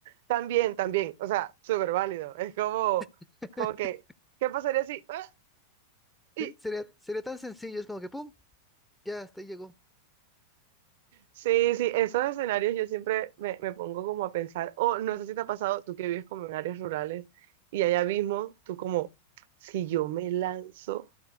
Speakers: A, on the right; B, in the centre.
A: También, también, o sea, súper válido. Es como,
B: <laughs>
A: como que, ¿qué pasaría si? ah, y-
B: Sí, Sería, sería tan sencillo, es como que, ¡pum! Ya, hasta ahí llegó.
A: Sí, sí, esos escenarios yo siempre me, me pongo como a pensar, o no sé si te ha pasado, tú que vives como en áreas rurales y allá mismo, tú como, si yo me lanzo,